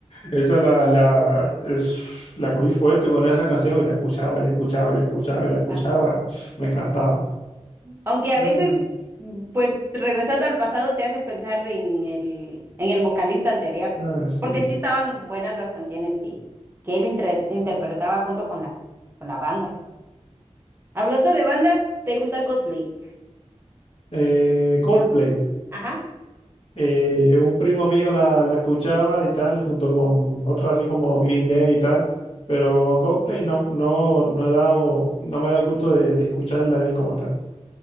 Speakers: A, on the left; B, on the right.
A: esa la, la, es, la cogí fuerte con esa canción y la escuchaba, la escuchaba, la escuchaba, la escuchaba,
B: Ajá.
A: <sniffs> me encantaba.
B: Aunque a
A: Ah,
B: veces, mm, pues regresando al pasado, te hace pensar en el, en el vocalista anterior.
A: ah, sí.
B: Porque sí estaban buenas las canciones que, que él intre- interpretaba junto con la, con la banda. Hablando de bandas, ¿te gusta Coldplay?
A: eh, Coldplay.
B: Ajá.
A: Eh, un primo mío la, la escuchaba y tal, junto con otros así como Green Day y tal, pero Coldplay no, no, no he dado, no me da el gusto de, de escucharla bien como tal.